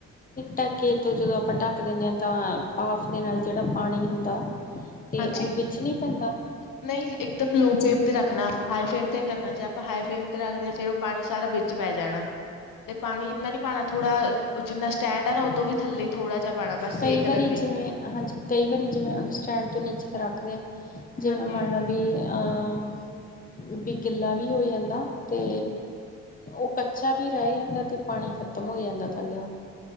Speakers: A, on the left; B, on the left.
A: ਢਕੇ ਤੋਂ ਜਦੋਂ ਆਪਾਂ ਢੱਕ ਦਿੰਦੇ ਹਾਂ ਤਾਂ ਪਾਫ ਦੇ ਨਾਲ ਜਿਹੜਾ ਪਾਣੀ ਹੁੰਦਾ, ਅਤੇ
B: ਹਾਂਜੀ,
A: ਉਹ ਵਿੱਚ ਨਹੀਂ ਪੈਂਦਾ
B: ਨਹੀਂ ਇੱਕਦਮ ਲੋਕ ਫਲੇਮ ਤੇ ਰੱਖਣਾ ਆਪਾਂ ਹਾਈ ਫਲੇਮ ਤੇ ਨੀ ਰੱਖਣਾ ਜੇ ਆਪਾਂ ਹਾਈ ਫਲੇਮ ਤੇ ਰੱਖਦੇ ਹਾਂ ਫਿਰ ਉਹ ਪਾਣੀ ਸਾਰਾ ਵਿੱਚ ਪੈ ਜਾਣਾ ਤੇ ਪਾਣੀ ਇੰਨਾ ਨੀ ਪਾਣਾ ਥੋੜਾ ਉਹ ਜਿੰਨਾ ਸਟੈਂਡ ਆ ਨਾ ਉਦੋਂ ਵੀ ਥੇ ਥੋੜ੍ਹਾ ਜਿਹਾ ਪਾਣਾ ਬਸ
A: ਕਈ
B: ਸੇਕ
A: ਵਾਰੀ
B: ਲੱਗੇ
A: ਜਿਵੇਂ ਹਾਂਜੀ ਕਈ ਵਾਰੀ ਜਿਵੇਂ ਉਹਨੂੰ ਸਟੈਂਡ ਤੋਂ ਨੀਚੇ ਰੱਖਦੇ, ਜਿਵੇਂ
B: ਹਾਂਜੀ
A: ਮੰਨਲਾ ਵੀ ਅ ਵੀ ਗਿੱਲਾ ਵੀ ਹੋ ਜਾਂਦਾ ਤੇ ਉਹ ਕੱਚਾ ਵੀ ਰਹਿ ਜਾਂਦਾ ਅਤੇ ਪਾਣੀ ਖਤਮ ਹੋ ਜਾਂਦਾ ਥੱਲੇ ਉਹ